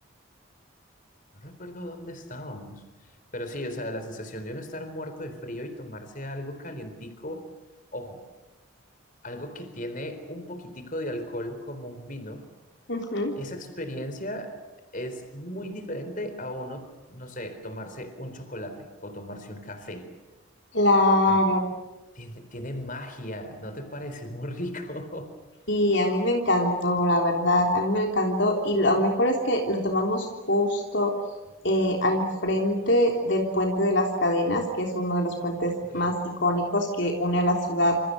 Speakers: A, on the left; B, on the left.
A: No recuerdo dónde estábamos, pero sí, o sea, la sensación de uno estar muerto de frío y tomarse algo calientico, ojo, algo que tiene un poquitico de alcohol como un vino,
B: Ujú.
A: esa experiencia es muy diferente a uno, no sé, tomarse un chocolate o tomarse un café.
B: Claro.
A: Am, tiene, tiene magia, ¿no te parece? <laughs> Es Muy rico. <laughs>
B: Y a mí me encantó, la verdad, a mí me encantó. Y lo mejor es que lo tomamos justo eh, al frente del Puente de las Cadenas, que es uno de los puentes
A: Ok,
B: más icónicos que une a la ciudad,